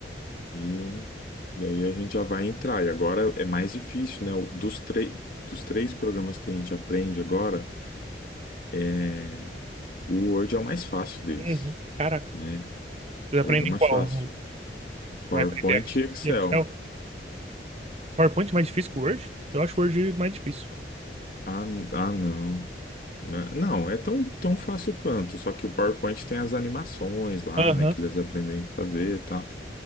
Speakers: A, on the left; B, on the right.
A: e, e aí a gente já vai entrar. E agora é mais difícil, né? O- Dos, tre- dos três programas que a gente aprende agora, é, o Word é o mais fácil deles,
B: Uhum. Caraca,
A: né?
B: vocês aprendem
A: O Word é o mais
B: qual?
A: fácil. PowerPoint
B: Vai aprender Ex-
A: e Excel.
B: e Excel? PowerPoint é mais difícil que o Word? Eu acho o Word mais difícil.
A: Ah, n- ah, não. Na- Não, é tão, tão fácil quanto, só que o PowerPoint tem as animações lá,
B: Aham,
A: né, que eles aprendem a fazer e tal.